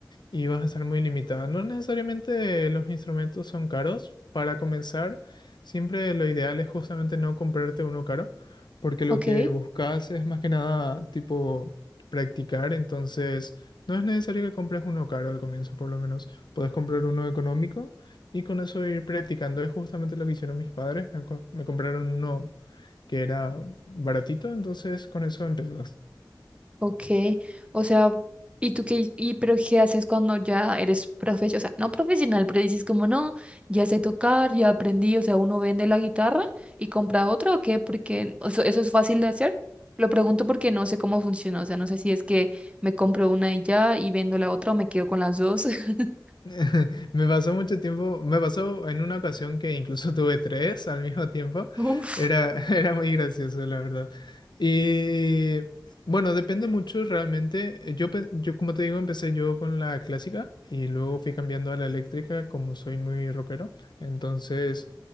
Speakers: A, on the left (about 70°); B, on the right (about 15°).
A: y vas a estar muy limitada. No necesariamente los instrumentos son caros. Para comenzar, siempre lo ideal es justamente no comprarte uno caro, porque lo
B: Ok.
A: que buscas es más que nada tipo practicar, entonces no es necesario que compres uno caro al comienzo, por lo menos. Puedes comprar uno económico y con eso ir practicando. Es justamente lo que hicieron mis padres, me, co- me compraron uno que era baratito, entonces con eso empezas
B: Ok, o sea, ¿y tú qué, y pero qué haces cuando ya eres profesional? O sea, no profesional, pero dices como no, ya sé tocar, ya aprendí, o sea, uno vende la guitarra y compra otra o qué, porque o sea, eso es fácil de hacer. Lo pregunto porque no sé cómo funciona, o sea, no sé si es que me compro una y ya y vendo la otra o me quedo con las dos. <laughs>
A: <laughs> Me pasó mucho tiempo, me pasó en una ocasión que incluso <laughs> tuve tres al mismo tiempo.
B: Uf.
A: Era, <laughs> era muy gracioso, la verdad. Y bueno, depende mucho realmente. Yo, pe- yo, como te digo, empecé yo con la clásica y luego fui cambiando a la eléctrica como soy muy rockero. Entonces...